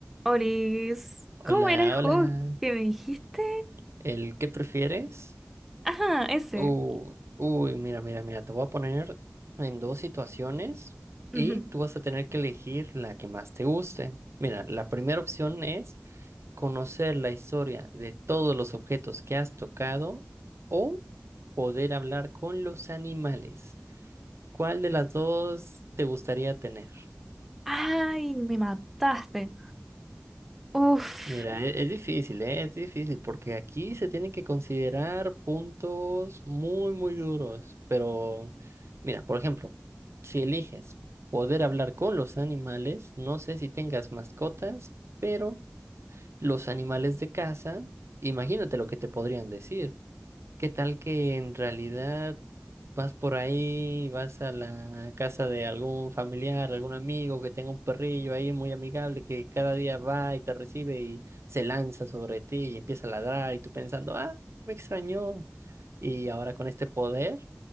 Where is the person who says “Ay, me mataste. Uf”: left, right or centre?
Centre